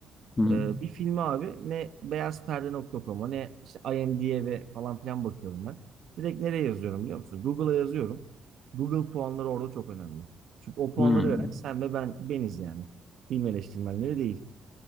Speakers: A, on the left (about 30°); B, on the right (about 70°).
A: Hı hı,
B: Ee, bir filmi abi ne beyazperde.com'a ne işte IMDb'ye falan filan bakıyorum ben. Direkt nereye yazıyorum biliyor musun? Google'a yazıyorum. Google puanları orada çok önemli. Çünkü o puanları
A: hı.
B: veren sen ve ben beniz yani. Film eleştirmenleri değil.